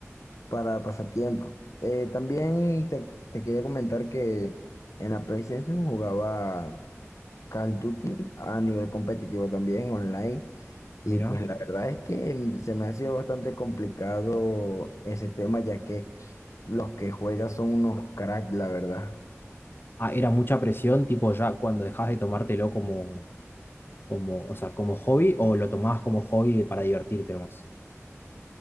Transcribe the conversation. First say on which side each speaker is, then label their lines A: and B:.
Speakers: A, on the left; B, on the left.
A: para pasatiempo. Eh, también te, te quería comentar que en la PlayStation jugaba Call of Duty a nivel competitivo también online y
B: mira.
A: pues la verdad es que se me ha sido bastante complicado ese tema ya que los que juegan son unos cracks, la verdad.
B: Ah, era mucha presión, tipo ya cuando dejas de tomártelo como, como, o sea, como hobby o lo tomabas como hobby para divertirte nomás.